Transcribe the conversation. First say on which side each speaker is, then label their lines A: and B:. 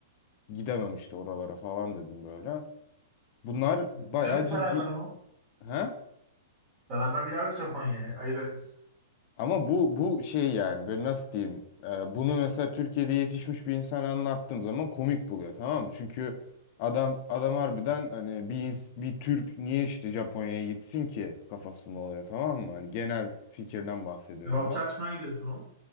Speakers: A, on the left; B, on the right.
A: gidemem işte oralara falan dedim böyle. Bunlar
B: Giderdik
A: bayağı ciddi.
B: beraber oğlum.
A: He?
B: Beraber giderdik Japonya'ya. Ayıp etmişsin.
A: Ama bu bu şey yani böyle nasıl diyeyim e, bunu mesela Türkiye'de yetişmiş bir insana anlattığım zaman komik buluyor tamam mı? Çünkü adam adam harbiden hani bir ins- bir Türk niye işte Japonya'ya gitsin ki kafasında oluyor tamam mı? Hani genel fikirden bahsediyorum
B: Kebapçı
A: ben.
B: açmaya gidiyorsun oğlum.